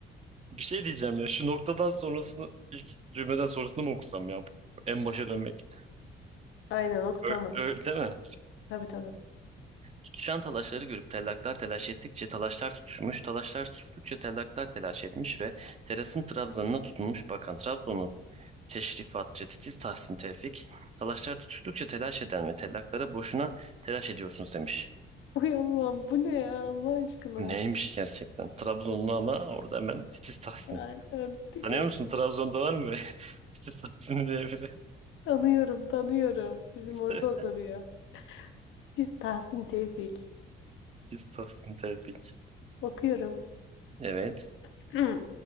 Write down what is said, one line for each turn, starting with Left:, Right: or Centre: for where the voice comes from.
Right: Bir şey diyeceğim ya şu noktadan sonrasını ilk cümleden sonrasını mı okusam ya? En başa dönmek.
Left: <laughs> Aynen okutamam.
Right: Öyle, öyle değil mi?
Left: Tabii tabii.
Right: Tutuşan talaşları görüp tellaklar telaş ettikçe talaşlar tutuşmuş, talaşlar tutuştukça tellaklar telaş etmiş ve terasın trabzanına tutunmuş bakan Trabzonlu teşrifatçı titiz Tahsin Tevfik, talaşlar tutuştukça telaş eden ve tellaklara boşuna telaş ediyorsunuz demiş.
Left: Uy Allah'ım bu ne ya Allah aşkına.
Right: Bu neymiş gerçekten? Trabzonlu ama orada hemen titiz Tahsin.
Left: Aynen. Titiz
Right: Tanıyor musun? Trabzon'da var mı böyle <laughs> titiz Tahsin diye biri?
Left: tanıyorum tanıyorum. Bizim
Right: <laughs>
Left: orada oturuyor. Titiz Tahsin Tevfik.
Right: Biz Tahsin Tevfik.
Left: Okuyorum.
Right: Evet.
Left: <clears throat> Hmm.